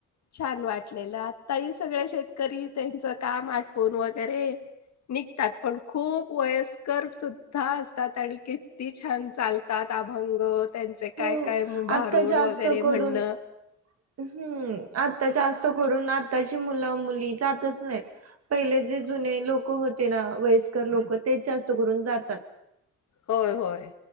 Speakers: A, on the left; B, on the right.
A: छान वाटलेलं, आता हे सगळे शेतकरी, त्यांचं काम आटपून वगैरे निघतात, पण खूप वयस्कर सुद्धा असतात, आणि किती छान चाल चालतात, अभंग त्यांचे
B: हो
A: काय-काय भारुड
B: आता जास्त
A: वगैरे
B: करून
A: म्हणणं
B: हम्म! आत्ता जास्त करून आताची मुलं-मुली जातच नाही. पहिले जे जुने लोक होते ना, वयस्कर लोक तेच जास्त करून जातात.
A: होय, होय,